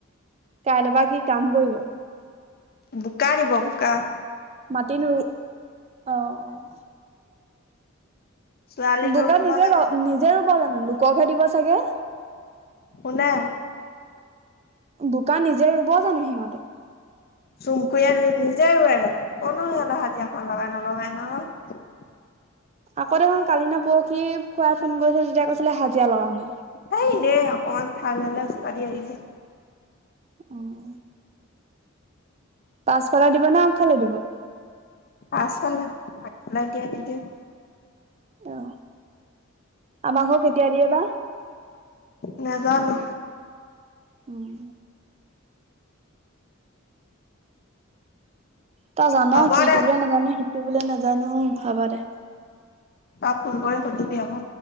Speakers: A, on the right (about 30°); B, on the left (about 50°).
A: কাইলৈ পৰা কি কাম কৰিব?
B: বোকা দিব বোকা।
A: মাটি নোৰোই অহ অ
B: ছোৱালীক
A: বোকাত
B: ৰখিব
A: নিজে
B: লাগে,
A: য নিজে ৰুব জানো লোককহে দিব চাগে।
B: কোনে?
A: বোকা নিজে ৰুব জানো সিহঁতে।
B: চুমকুৱে নিজে ৰুৱে ক'ত নো সিহঁতৰ সাজিয়া খন লগাই নলগাই নহয়।
A: আকৌ দেখোন কালি নে পুৰখি খুড়াই ফোন কৈছিলে তেতিয়া হাজিৰা লগাম বুলি।
B: সেই এনেই অকনমান খাই ললে ওস্তাদি আহি যায়।
A: উম। পাছফালে দিব নে আগফালে দিব।
B: পাছফালে আগফালে এতিয়া নিদিয়ে।
A: অহ আমাকো কেতিয়া দিয়ে বা।
B: নাজানো।
A: উম তই জান
B: হ'ব
A: কি ইটো
B: দে
A: বোলে নাজানো সিটো বোলে নাজানো হব দে।
B: অ ফোন কৰি সুধিবি আক।